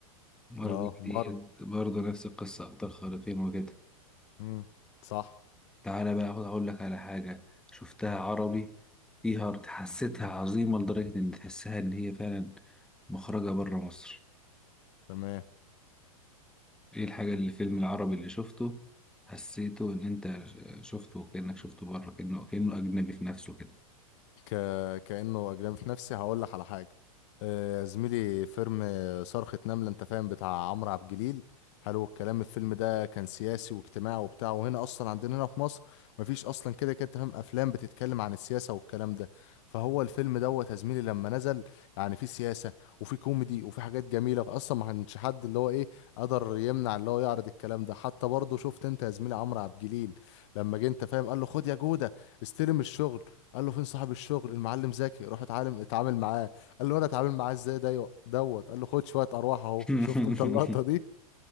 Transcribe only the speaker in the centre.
مارفل
دي
برضه نفس القصة أبطال خارقين وكده
تعالى بقى أقعد أقول لك على حاجة شفتها عربي فيها حسيتها عظيمة لدرجة إن تحسها إن هي فعلا مخرجة برا مصر
إيه الحاجة اللي الفيلم العربي اللي شفته حسيته إن أنت شفته كأنك شفته برا كأنه كأنه أجنبي في نفسه كده
<laughs>